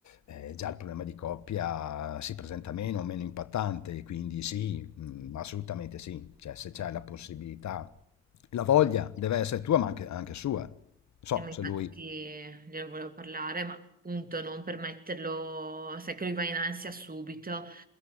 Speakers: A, on the left; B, on the right.
A: eh, già il problema di coppia si presenta meno, meno impattante, quindi sì, mm, assolutamente sì, cioè se c'è
B: mm.
A: la possibilità, la voglia deve essere tua ma anche, anche sua, non so
B: Sì, ma Infatti
A: se lui,
B: ne volevo parlare, ma appunto non per metterlo, sai che lui va in ansia subito,